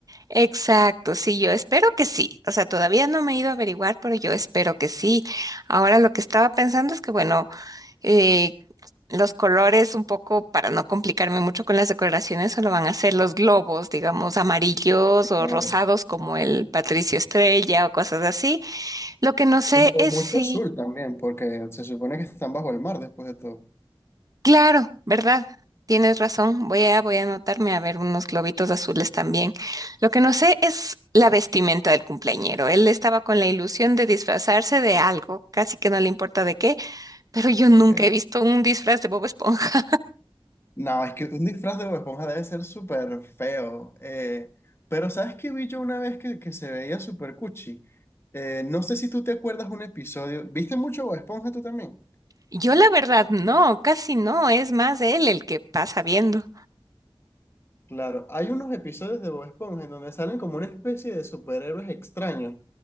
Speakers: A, on the right (about 40°); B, on the left (about 25°).
A: Exacto, sí, yo espero que sí. O sea, todavía no me he ido a averiguar, pero yo espero que sí. Ahora lo que estaba pensando es que, bueno, eh, los colores un poco, para no complicarme mucho con las decoraciones, solo van a ser los globos, digamos, amarillos o
B: Claro.
A: rosados como el Patricio Estrella o cosas así. Lo que no sé
B: O,
A: es
B: o mucho
A: si,
B: azul también, porque se supone que están bajo el mar después de todo.
A: claro, ¿verdad? Tienes razón, voy a, voy a anotarme a ver unos globitos azules también. Lo que no sé es la vestimenta del cumpleañero. Él estaba con la ilusión de disfrazarse de algo, casi que no le importa de qué, pero yo nunca
B: Que-
A: he visto un disfraz de Bob Esponja.
B: No, es que un disfraz de Bob Esponja debe ser súper feo. eh, pero ¿sabes qué vi yo una vez que, que se veía súper cuchi? Eh, no sé si tú te acuerdas un episodio. ¿Viste mucho Bob Esponja tú también?
A: Yo la verdad no, casi no, es más él el que pasa viendo.
B: Claro, hay unos episodios de Bob Esponja en donde salen como una especie de superhéroes extraños